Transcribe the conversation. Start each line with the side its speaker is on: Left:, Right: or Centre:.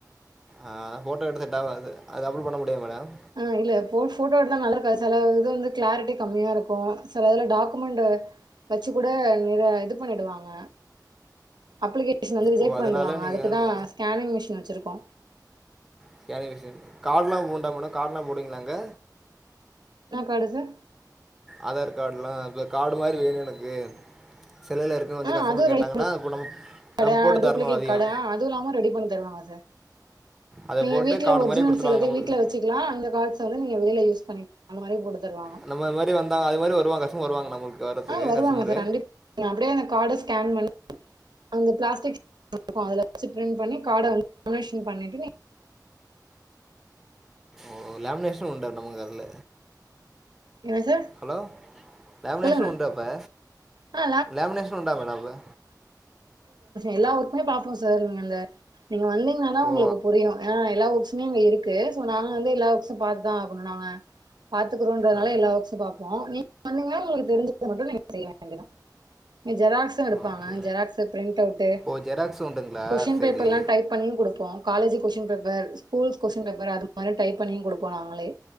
Centre: ஆ ஃபோட்டோ எடுத்துட்டா அது அது அப்ட் பண்ண முடியாதா மேடம்
Right: ஆ இல்ல போ போட்டோ எடுத்தா நல்லாருக்காது சில இது வந்து கிளாரிட்டி கம்மியாக இருக்கு சில அதுல டாக்குமெண்ட் வெச்சு கூட நிற இது பண்ணிடுவாங்க அப்ளிகே ஷன் வந்து ரிஜக்
Centre: ஓ அதனால்
Right: பண்ணிடுவாங்க
Centre: நீங்கள்
Right: அதுக்குதா
Centre: வந்து
Right: ஸ்கேனிங் மிஷின் வெச்சிருக்கோ
Centre: ஸ்கேனிங் மிஷின் கார்ட்லா உண்டா மேடம் கார்ட்லா போடுவீங்களா மேடம் அங்க
Right: என்ன காடு சார்
Centre: ஆதார் கார்டுலா இப்ப கார்டு மாரி வேணு எனக்கு செல்லுல இருக் வந்து
Right: ஆ
Centre: கஷ்டமர்
Right: அதுவு
Centre: கேட்டாங்கன்னா
Right: ரெடி
Centre: அம்
Right: கார்டு
Centre: நம்ம போட்டு
Right: டூப்ளிகேட்
Centre: தரணு அதையு
Right: கார்டு இல்லாம ரெடி பண்ணி தருவாங்க சார்
Centre: அதை
Right: நீங்க
Centre: போட்டு
Right: வீட்ல
Centre: கார்டு
Right: ஒரிஜினல்
Centre: மாதிரியே கொடுத்துருவாங்க
Right: எல்லாத்துயு
Centre: நம்மளுக்கு
Right: வீட்ல வெச்சு லா அந்த கார்ட்ஸ் வந்து நீங்க வெளில யூஸ் பண்ணிகலா அந்த மாரி போட்டு தருவாங்க
Centre: அந்த மாதி வந்தா அது மாரி வருவங்க கஷ்டமர் வருவாங்க நம்மளுக்கு வர்றதுக்கு
Right: ஆ வருவாங்க
Centre: கஸ்டமரு
Right: சார் <unintelligible> அப்டியே அந்த கார்ட ஸ்கேன் பண்ணி அந்த பிளாஸ்டிக் <unintelligible> அதுல வெச்சு பிரண்ட் பண்ணி காட வந்து லேமினேஷன் பண்ணிட்டு
Centre: ஓ லேமினேஷனு உண்ட நம்ம கடைல
Right: என்ன சார்
Centre: ஹலோ லேமினேஷன்
Right: சொல்லுங்க
Centre: உண்டாப்பா
Right: ஆ
Centre: லேமினேஷன் உண்டா மேடம் அப்ப
Right: எல்லா ஒர்க்குமே பாப்போ சார் அங்க நீங்க ஆ நீங்க வந்தீங்ன்னா தா உங்களுக்கு
Centre: ஓ
Right: புரியு எல்லா ஒர்க்ஸ் <unintelligible> நா வந்து எல்லா ஒர்க்ஸ்சு பாத்துதா ஆகனு நாங்க பாத்துக்கிறோம்ன்றால
Centre: ஓகே
Right: எல்லா ஒர்க்ஸ்சு பாப்போ நீ வந்தீங்கன்னா உங்களுக்கு தெரிஞ்சத மட்டு நீங்க செய்ய வேண்டியத இங்க ஜெராக்ஸ்சு எடுப்பாங்க
Centre: ஓகே
Right: ஜெராக்ஸ் பிரிண்ட் அவுட்டு
Centre: ஓ ஜெராக்ஸ் உண்டுங்களா
Right: கொஸ்டின்
Centre: சரி
Right: பேப்பர் எல்லா டைப் பண்ணியு குடுப்போ college question paper schools question paper அது மாரி டைப் பண்ணியு குடுப்போ நாங்களே